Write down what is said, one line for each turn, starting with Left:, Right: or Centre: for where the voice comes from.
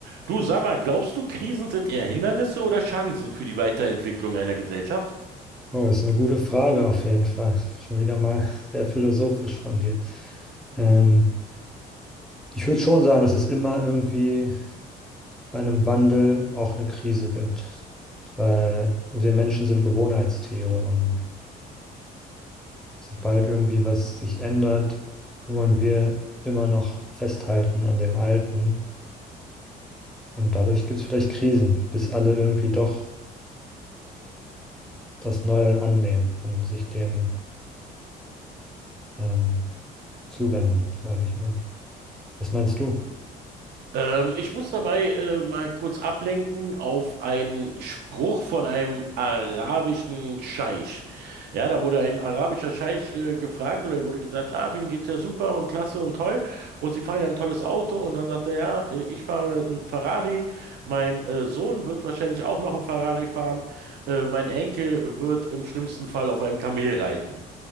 Right: Du, sag mal, glaubst du, Krisen sind eher Hindernisse oder Chancen für die Weiterentwicklung einer Gesellschaft?
Centre: Oh, das ist eine gute Frage auf jeden Fall. Schon wieder mal sehr philosophisch von dir. Ähm, ich würde schon sagen, dass es immer irgendwie bei einem Wandel auch eine Krise gibt, weil wir Menschen sind Gewohnheitstiere und sobald irgendwie was sich ändert, wollen wir immer noch festhalten an dem Alten und dadurch gibt es vielleicht Krisen, bis alle irgendwie doch das Neue annehmen und sich dem ähm, zuwenden, sage ich mal. Was meinst du?
Right: Ähm, ich muss dabei äh, mal kurz ablenken auf einen Spruch von einem arabischen Scheich. Ja, da wurde ein arabischer Scheich äh, gefragt oder ihm wurde gesagt, ach, Ihnen geht ja super und klasse und toll und Sie fahren ja ein tolles Auto und dann sagt er, ja, äh, ich fahre einen Ferrari, mein äh, Sohn wird wahrscheinlich auch noch einen Ferrari fahren, äh, mein Enkel wird im schlimmsten Fall auf einem Kamel reiten.